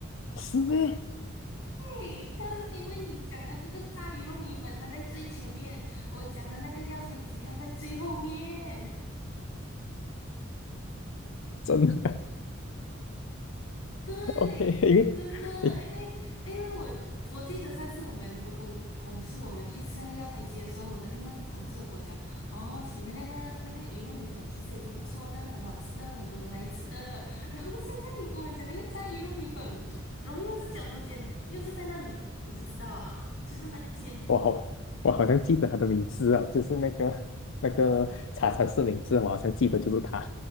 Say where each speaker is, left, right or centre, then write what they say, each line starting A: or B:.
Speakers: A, on the left (about 70°); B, on the left (about 85°).
A: 是咩？
B: 对，但是因为你讲的这个炸鱼肉米粉，它在最前面；我讲的那个药材鸡，它在最后面。
A: 真的
B: 对，
A: <laughs>，OK，因为诶，
B: 真的，因为因为我我记得上次我们我跟我同事我们去吃那个药材街的时候，我的另外一个同事有跟我讲，哦，前面那个那个鱼肉米粉其实也是不错的，很好吃的，很多人来吃的。<laughs> 然后现在你跟我讲那个炸鱼肉米粉，然后又是绞头尖，又是在那里，我就知道啊，<laughs> 就是那一间。
A: 我好，我好像记得他的名字啊，就是那个那个茶禅寺名字，我好像记得就是他。